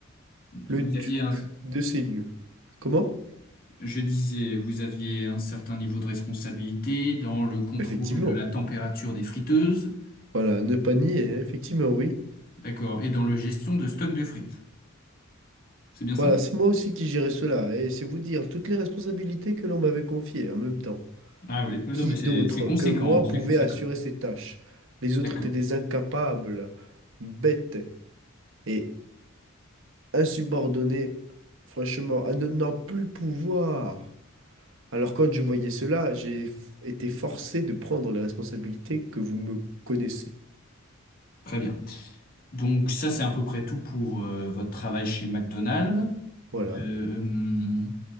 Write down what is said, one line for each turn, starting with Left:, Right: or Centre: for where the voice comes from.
Left: Vous
Right: le duc
Left: aviez un,
Right: de ces lieux. Comment?
Left: je disais, vous aviez un certain niveau de responsabilité dans le contrôle
Right: Effectivement.
Left: de la température des friteuses,
Right: Voilà, ne pas nier, hein, effectivement, oui.
Left: d'accord, et dans la gestion de stock de frites. C'est bien ça?
Right: Voilà, c'est moi aussi qui gérais cela, et c'est vous dire toutes les responsabilités que l'on m'avait confiées en même temps.
Left: Ah oui, oui,
Right: Qui
Left: non, mais c'est
Right: d'autre
Left: c'est conséquent,
Right: que moi
Left: c'est
Right: pouvait
Left: conséquent.
Right: assurer ces tâches? Les autres
Left: D'accord,
Right: étaient des incapables, bêtes et insubordonnés, franchement, à ne n'en plus pouvoir. Alors quand je voyais cela, j'ai f- été forcé de prendre les responsabilités que vous me connaissez.
Left: très bien. Donc ça, c'est à peu près tout pour euh, votre travail chez McDonald's.
Right: Voilà.
Left: Euh, hum,